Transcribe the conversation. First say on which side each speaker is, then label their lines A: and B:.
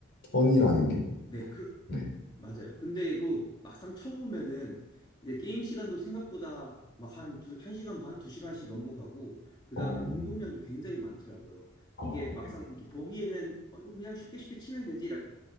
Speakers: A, on the left; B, on the left.
A: 턴이라는 게.
B: 네,
A: 네.
B: 맞아요. 근데도 막상 쳐보면은 이제 게임 시간도 생각보다 막 한 두, 한 시간 반, 두 시간씩 넘어가고 그다음에
A: 어,
B: 운동량도 굉장히 많더라고요.
A: 어,
B: 이게 막상
A: 네.
B: 이렇게 보기에는 어, 이거 그냥 쉽게 쉽게 치면 되지라고